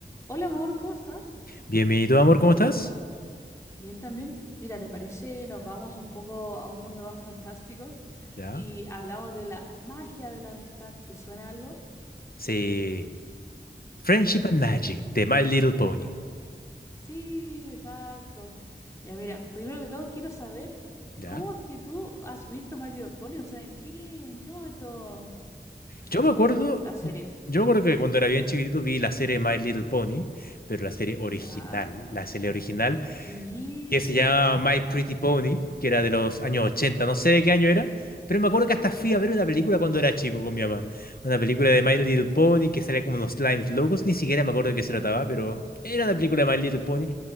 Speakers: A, on the left (about 15°); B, on the left (about 55°).
A: Hola amor, ¿cómo estás?
B: Bienvenido, amor, ¿cómo estás?
A: Bien también. Mira, ¿te parece? Nos vamos un poco a un mundo más fantástico
B: ¿Ya?
A: y hablamos de la magia de la amistad. ¿Te suena algo?
B: Sí. Friendship and Magic, de My Little Pony.
A: Sí, exacto. Ya mira, primero que todo quiero saber
B: ¿Ya?
A: cómo es que tú has visto My Little Pony, o sea, ¿en qué, en qué momento viste
B: Yo me acuerdo,
A: la serie?
B: yo me acuerdo que cuando era bien chiquitito vi la serie My Little Pony, pero la serie original,
A: Ya.
B: la serie original,
A: ¿Qué?
B: que se llama My Pretty Pony, que era de los años 80, no sé de qué año era, pero me acuerdo que hasta fui a ver una película cuando era chico con mi mamá. Una película de My Little Pony que salía como unos slimes locos, ni siquiera me acuerdo de qué se trataba, pero era una película de My Little Pony